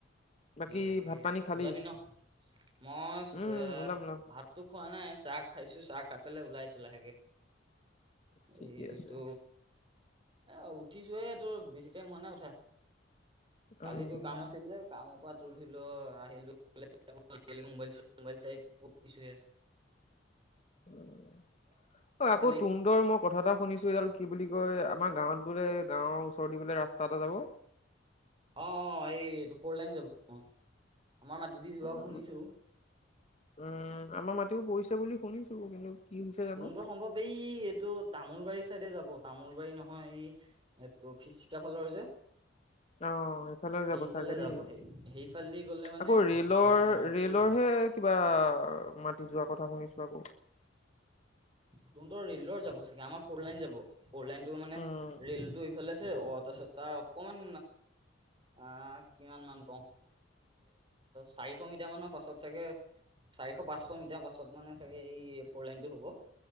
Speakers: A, on the left; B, on the right.
A: বাকী
B: তাকে
A: ভাত পানী খালি।
B: ওলাবি ন মই
A: উম ওলাম ওলাম
B: ভাততো খোৱা নাই চাহ খাইছো চাহ খাই পেলাই ওলাইছো। লাহেগে
A: ঠিকে
B: এই
A: আছে
B: এইটো এ উঠিছোহে তোৰ বেছি টাইম হোৱা নাই উঠা কালিতো
A: উম
B: কাম আছিল যে মপাত উৰিলো আহোকাইলাইল চ <unintelligible> ব পছে
A: উ, অ,
B: তই
A: আকৌ
B: খালি
A: তুন্দৰ মই কথা এটা শুনিছো এইডাল কি বুলি কয় আমাৰ গাৱত বোলে গাৱৰ ওচৰদি বোলে ৰাস্তা এটা যাব।
B: অ অ এই এইটো ফৰ লাইন যাব অ আমাৰ মাটি দি যোৱা
A: উম
B: শুনিছো
A: উম, আমাৰ মাটিও পৰিছে বুলি শুনিছো কিন্তু কি হৈছে জানো
B: তহতৰ সম্ভৱ এই এইটো তামোল বাৰী চাইডে যাব তামোল বাৰী নহয় এই এইটো ফিচকা ফালৰ যে
A: আহ এইফালে
B: সেইফালে
A: যাব চাগে
B: যাব
A: দেই
B: সেই সেইফালেদি গ'লে মানে
A: আকৌ ৰেলৰ
B: আহ
A: -
B: তোৰ
A: ৰেলৰ হে কিবা মাতি যোৱা কথা শুনিছো। বাবু
B: তহত ৰেলৰ যাব চাগে আমাৰ ফলাইন যাব। ফ'ৰ লাইনতটো মানে
A: উম
B: ৰেলতটো ইফালেছে অ, তাৰপিছত তাৰ অকমান আহ, কিমান মান কও চাৰিশ মিটাৰ মানৰ পাছত চাগে চাৰিশ পাঁচশ মিটাৰ পাছত মানে সেই এই পৰলাইনটো হব